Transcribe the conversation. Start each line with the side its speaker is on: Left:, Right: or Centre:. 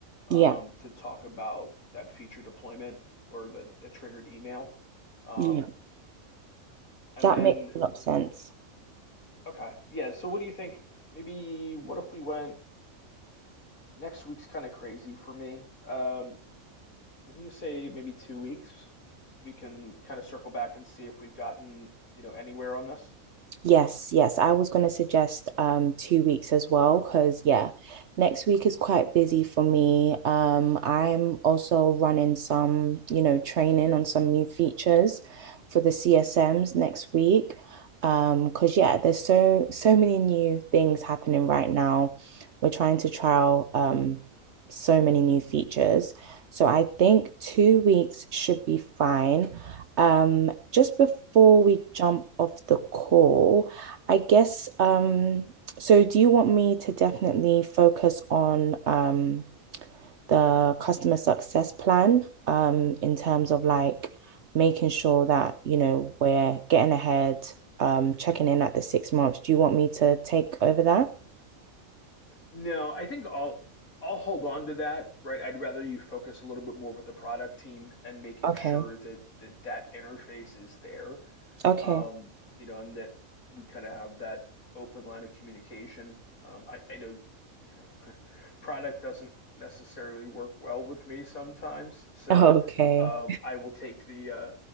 Left: um,
Right: yeah
Left: to talk about that feature deployment or the, the triggered email. Um,
Right: yeah
Left: and
Right: that
Left: then,
Right: makes a lot of sense
Left: okay, yeah. So, what do you think? Maybe what if we went next week's kind of crazy for me? Um, would you say maybe two weeks? We can kind of circle back and see if we've gotten, you know, anywhere on this.
Right: Yes, yes. I was going to suggest um two weeks as well because yeah, next week is quite busy for me. Um, I'm also running some, you know, training on some new features for the CSMs next week. Um, because yeah, there's so so many new things happening right now. We're trying to trial um so many new features. So I think two weeks should be fine. Um, just before we jump off the call, I guess, um, so do you want me to definitely focus on um the customer success plan um in terms of like making sure that, you know, we're getting ahead, um, checking in at the six months. Do you want me to take over that?
Left: No, I think I'll I'll hold on to that, right? I'd rather you focus a little bit more with the product team and making
Right: Okay.
Left: sure that that, that interface is there
Right: Okay.
Left: um,
Right: <laughs>
Left: you know, and that we kind of have that open line of communication. Um, I, I know, you know, <laughs> product doesn't necessarily work well with me sometimes, so
Right: Okay.
Left: um, I will take the, uh,